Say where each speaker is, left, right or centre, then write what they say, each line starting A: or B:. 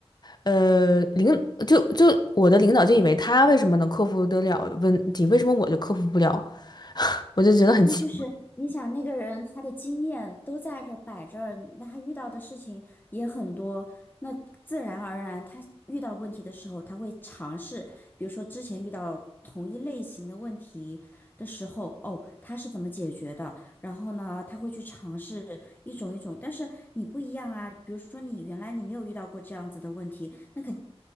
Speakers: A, on the left; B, on the left.
A: 呃，领就就我的领导就以为他为什么能克服得了问题，为什么我就克服不了？我就觉得很奇
B: 那就是你想，那个人他的经验都在这摆着儿那他遇到的事情也很多，那自然而然他遇到问题的时候，他会尝试，比如说之前遇到同一类型的问题的时候，哦，他是怎么解决的？然后呢，他会去尝试一种一种，但是你不一样啊，比如说你原来你没有遇到过这样子的问题，那肯